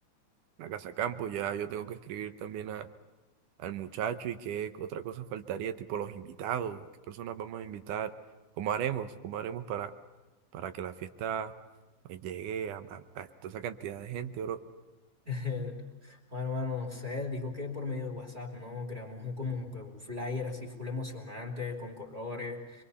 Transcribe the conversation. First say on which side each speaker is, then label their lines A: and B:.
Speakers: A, on the right (about 80°); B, on the right (about 15°).
A: la casa campo. Ya yo tengo que escribir también a- al muchacho y qué otra cosa faltaría, tipo los invitados, qué personas vamos a invitar, cómo haremos, cómo haremos para, para que la fiesta pues, llegue a, a a toda esa cantidad de gente, bro.
B: <laughs> Bueno, mano, no sé, digo que por medio de WhatsApp, ¿no? Creamos un- como un, que un flyer así full emocionante, con colores,